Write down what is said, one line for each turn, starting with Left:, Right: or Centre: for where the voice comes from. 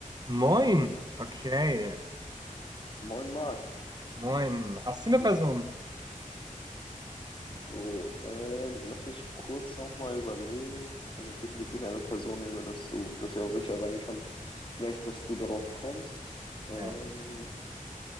Right: Moin. Okay.
Left: Moin Marc.
Right: Moin. Hast du eine Person?
Left: So, so ähm, lass mich kurz nochmal überlegen, damit ich wirklich eine Person nehme, dass du, dass ich auch sicher sein kann, vielleicht, dass du darauf kommst. Ähm,
Right: Ja.